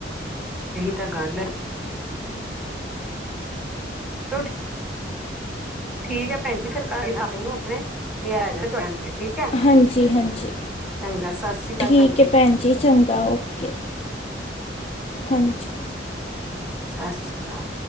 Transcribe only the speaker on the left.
ਹਾਂਜੀ ਹਾਂਜੀ
ਠੀਕ
ਹੈ ਭੈਣ ਜੀ ਚੰਗਾ ਓਕੇ, ਹਾਂਜੀ।